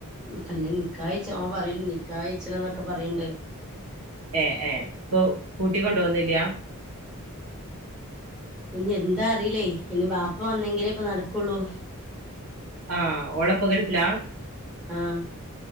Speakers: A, in the centre; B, on the right.
A: കന്നെ നിക്കയിച്ച അവൻ പറയണ്ട് നിക്കഹയിച്ചണം ന്നൊക്കെ പറയണ്ട്
B: ഏഹ് ഏഹ് ഇപ്പൊ കൂട്ടിക്കൊണ്ട് പോന്നില്ല
A: ഇനി എന്താ അറിയില്ലേ ഇനി വാപ്പ വന്നെങ്കിലേ ഇപ്പ നടക്കോള്ളൂ
B: ആഹ് ഒള്ളുപ്പ ഗൾഫിലാ
A: ആഹ്